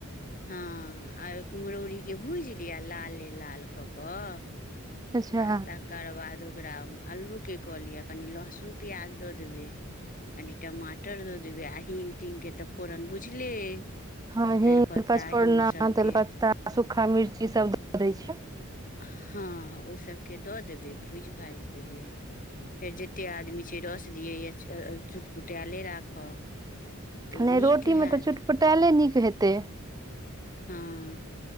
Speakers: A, on the left; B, on the right.
A: हँ आ कुम्हरौड़ीके भूजि लिअ लाले लाल कऽ कऽ
B: अच्छा
A: आ तकर बाद ओकरा अलूके कऽ लिअ कनि लहसुन प्याज दऽ देबै कनि टमाटर दऽ देबै आ हीङ् तींगके तऽ फोरन बुझले अइ
B: हँ
A: तेजपत्ता
B: ही पचफोरना
A: हिंग सबके
B: तेलपत्ता सूखा मिर्ची सब द दै छै
A: हँ ओ सभके दऽ देबै भूजि भाजि देबै फेर जतेक आदमी छै रस दियैए चुटपुटायले राखब तऽ ओ
B: नहि
A: नीक
B: रोटीमे
A: हैत
B: तऽ चुटपुटायले नीक हेतै
A: हँ